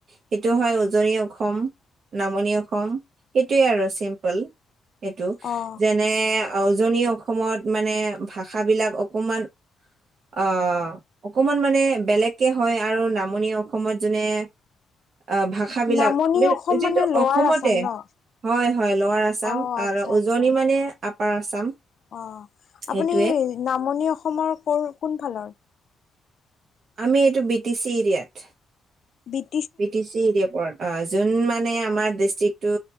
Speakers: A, on the right; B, on the left.
A: সেইটো হয় উজনি অসম নামনি অসম সেইটোৱে আৰু চিম্পল এইটো
B: অ
A: যেনে উজনি অসমত মানে ভাষাবিলাক অকমান অ অকমান মানে বেলেগকে হয় আৰু নামনি অসমত যোনে অ ভাষাবিলাক
B: নামনি অসম
A: যিটো
B: মানে লৱাৰ
A: অসমতে
B: আছাম ন
A: হয় হয় লোৱাৰাৰ আছাম
B: অ আচ্ছা
A: আৰু উজনি
B: আচ্ছা
A: মানে আপাৰ আছাম
B: অ
A: সেইটোৱে
B: আপুনি নামনি অসমৰ ক কোন ফালৰ?
A: আমি এইটো বি টি চি এৰিয়াত
B: B
A: P T C area পৰত অ যোন মানে আমাৰ ডিষ্ট্ৰিকটো